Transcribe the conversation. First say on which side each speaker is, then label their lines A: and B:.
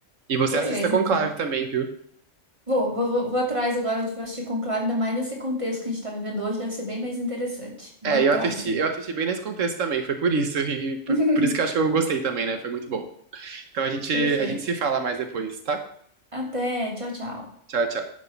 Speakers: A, on the right; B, on the right.
A: E você
B: Beleza,
A: assista Conclave
B: então.
A: também, viu?
B: Vou, vou, vou vou atrás agora de assistir Conclave, ainda mais nesse contexto que a gente está vivendo hoje, deve ser bem mais interessante. Vou
A: É,
B: atrás,
A: eu assisti,
B: sim.
A: eu assisti bem nesse contexto também, foi por isso, e por,
B: <laughs>
A: por isso que eu acho que eu gostei também, né? Foi muito bom. Então a gente,
B: Perfeito.
A: a gente se fala mais depois, tá?
B: Até, tchau, tchau.
A: Tchau, tchau.